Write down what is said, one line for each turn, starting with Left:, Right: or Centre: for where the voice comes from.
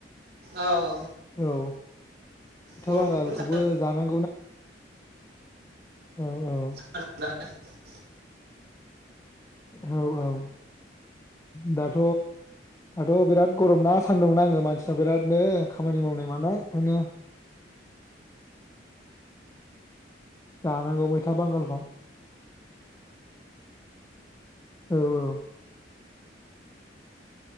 Right: औ औ
Left: औ फिथा
Right: गरमाव
Left: बांगालखौबो
Right: बेनो
Left: जाना औ औ।
Right: <unintelligible>
Left: औ औ। दाथ' दाथ' बिराद गरम ना सान्दुं नाङो मानसिनाव बिरादनो खामानि मावनाय मानाय ओंखायनो जानांगौ मैथा बांगालखौ औ औ। <inaudible>